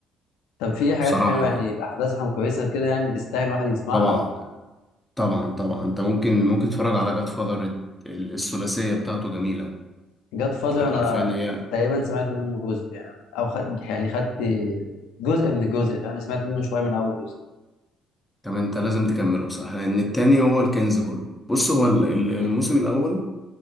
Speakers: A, on the left (about 80°); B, in the centre.
A: طب في حاجات
B: بصراحة
A: حلوة يعني
B: يعني
A: أحداثها كويسة كده يعني تستاهل الواحد يسمعها
B: طبعا
A: ولا
B: طبعا طبعا انت ممكن ممكن تتفرج على جاد فاذر الثلاثية بتاعته جميلة
A: جاد فازر
B: يعني
A: انا
B: حرفيا هي
A: تقريبا سمعت منه جزء يعني او خد... يعني خدت جزء من الجزء فاهم سمعت منه شويه من اول جزء
B: طب انت لازم تكمله صح لان التاني هو الكنز كله بص هو ال- ال- الموسم
A: مم.
B: الاول